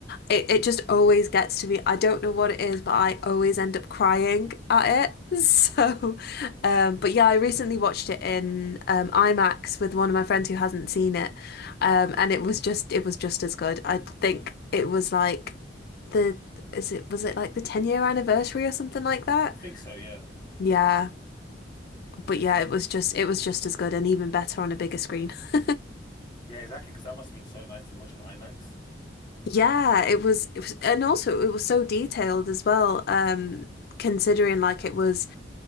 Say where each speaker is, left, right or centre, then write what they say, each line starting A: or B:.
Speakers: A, on the left (about 55°); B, on the left (about 25°).
A: it, it just always gets to me. I don't know what it is, but I always end up crying at it. <laughs> So, um, but yeah, I recently watched it in um, IMAX with one of my friends who hasn't seen it. Um, and it was just, it was just as good. I think it was like, the is it was it like the 10 year anniversary or something like that?
B: I think so. Yeah,
A: Yeah. But yeah, it was just it was just as good and even better on a bigger screen. <laughs>
B: yeah, exactly. Because that must have been so nice to watch in IMAX.
A: Yeah, it was, it was and also it was so detailed as well, um considering like it was